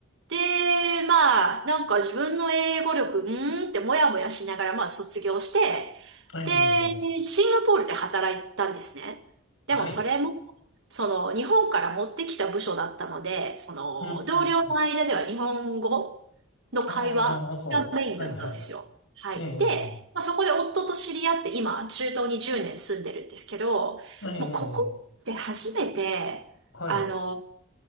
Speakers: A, on the right; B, on the left.
A: で、まあ、なんか自分の英語力、うーんってもやもやしながら、まあ卒業して、
B: うん。ええ、
A: で、
B: ええ
A: シンガポールで働いたんですね。
B: はい。
A: でもそれも、その、日本から持ってきた部署だったので、その、
B: うん、
A: 同僚の間では日本語の会話がメインだったんですよ。
B: うん、うん。ああ、なるほど。はい、はい。
A: はい。
B: ええ、
A: で、まあそこで夫と知り合って、今、中東に10年住んでるんですけど、
B: ええ、ええ、ええええ
A: もうここって初めて、
B: はい。
A: あの、
B: うん